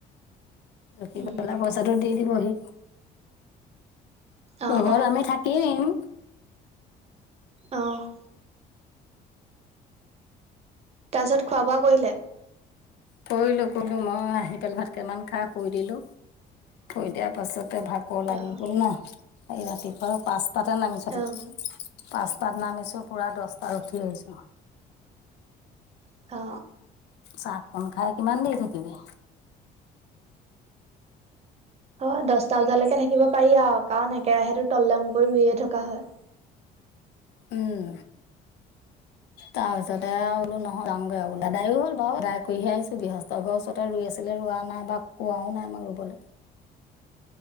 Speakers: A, on the left; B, on the right.
A: জুখি
B: উম
A: পেলাই পইচাটো দি দিবহি
B: অ
A: লগত
B: অ
A: আমি থাক এ এম
B: অঁ তাৰপিছত খোৱা বোৱা কৰিলে
A: কৰিলো কলো মই আহি পেলাই ভাতকেতামান খাই শুই দিলো শুই দিয়া পাছতে ভাত ক' লাগিল
B: অ',
A: গল ন এই ৰাতিপুৱা পাঁচ তাতে নামিচুহি
B: অ',
A: পাঁচটাত নামিছোঁ পূৰা দহটাত উঠি আহিছোঁ
B: অ
A: চাহকণ খাই কিমান দেৰি থাকিবি
B: হয় দছটা বজালৈকে থাকিব পাৰি আৰু কাৰণ একেৰাহেো তললেমুকৈ ৰুইয়ে থকা হয়
A: উম তাৰপিছতে বোলো নহয় যাওঁগৈ বোলো এডাইও হ'ল বাৰ দাই কহে আহিছো বৃহস্তৰ ওচৰতে ৰুই আছিলে ৰোৱা নাই বা কোৱাাও নাই আমাৰ ৰুবলৈ